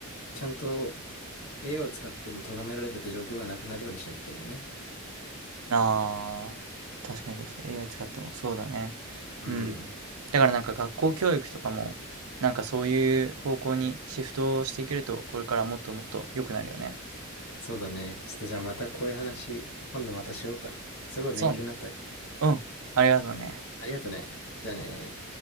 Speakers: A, on the left (about 75°); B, on the right (about 85°).
A: ちゃんと AI を使っても咎められるって状況がなくなるようにしなきゃいけないね。
B: ああ、確かに確かに。AI 使ってもそうだね。
A: うん。
B: うん。だからなんか学校教育とかも、なんかそういう方向にシフトしていけると、これからもっともっと良くなるよね。
A: そうだね。ちょっとじゃあまたこういう話、今度またしようか。すごい勉強になったよ。
B: そうね。うん、ありがとうね。
A: ありがとね。じゃあね。